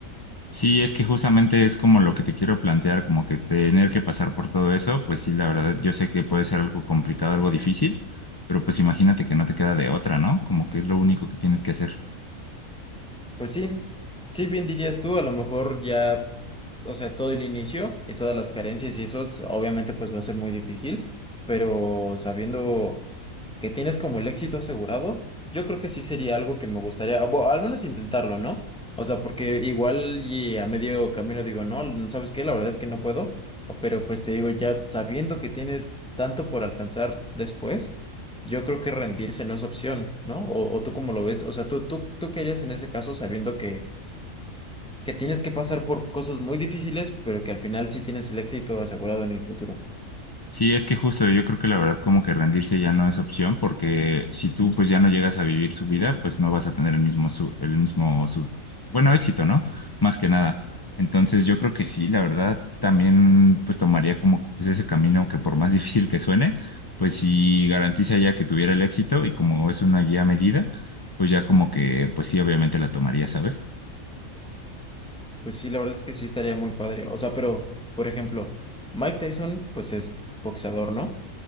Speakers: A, on the left (about 30°); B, in the centre.
A: Sí, es que justamente es como lo que te quiero plantear, como que tener que pasar por todo eso, pues sí, la verdad, yo sé que puede ser algo complicado, algo difícil, pero pues imagínate que no te queda de otra, ¿no? Como que es lo único que tienes que hacer.
B: Pues sí, sí, bien dirías tú, a lo mejor ya, o sea, todo el inicio y todas las carencias y eso, s- obviamente pues va a ser muy difícil, pero sabiendo que tienes como el éxito asegurado, yo creo que sí sería algo que me gustaría, o al menos intentarlo, ¿no? O sea, porque igual y a medio camino digo, no, ¿sabes qué? La verdad es que no puedo, o- pero pues te digo, ya sabiendo que tienes tanto por alcanzar después. Yo creo que rendirse no es opción, ¿no? O, o tú como lo ves, o sea, tú, tú, tú qué harías en ese caso sabiendo que, que tienes que pasar por cosas muy difíciles, pero que al final sí tienes el éxito asegurado en el futuro.
A: Sí, es que justo yo creo que la verdad como que rendirse ya no es opción porque si tú pues ya no llegas a vivir su vida, pues no vas a tener el mismo su- el mismo su- bueno, éxito, ¿no? Más que nada. Entonces yo creo que sí, la verdad también pues tomaría como pues ese camino que por más <laughs> difícil que suene, pues sí garantiza ya que tuviera el éxito y como es una guía medida, pues ya como que pues sí obviamente la tomaría, ¿sabes?
B: Pues sí, la verdad es que sí estaría muy padre. O sea, pero, por ejemplo, Mike Tyson, pues es boxeador, ¿no?